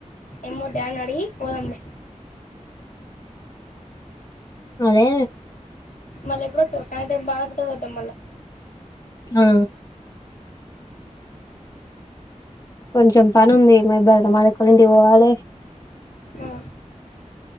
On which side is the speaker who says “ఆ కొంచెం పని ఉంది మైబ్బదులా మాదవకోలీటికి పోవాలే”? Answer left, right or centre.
Left